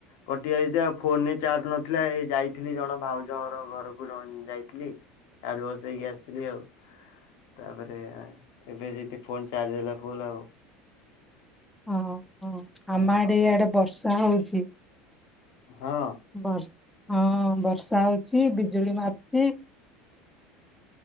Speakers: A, on the left; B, in the centre.
A: କଟି ଯାଇଥିଲା ଆଉ ଫୋନରେ ଚାର୍ଜ ନଥିଲା ଏ ଯାଇଥିଲି ଜଣ ଭାଉଜଙ୍କର ଘରକୁ ଜଣ। ଯାଇଥିଲି ଚାର୍ଜ ବସେଇକି ଆସିଥିଲି ଆଉ ତାପରେ। ଏବେ ଯିବି ଫୋନ ଚାର୍ଜ ହେଲା ଫୁଲ୍ ଆଉ।
B: ହଁ ହଁ
A: ହଁ
B: ଆମ ଆଡେ ଇଆଡେ ବର୍ଷା ହଉଛି।
A: ହଁ।
B: ବର୍ଷ ହଁ ବର୍ଷା ହଉଛି ବିଜୁଳି ମାରୁିଛି।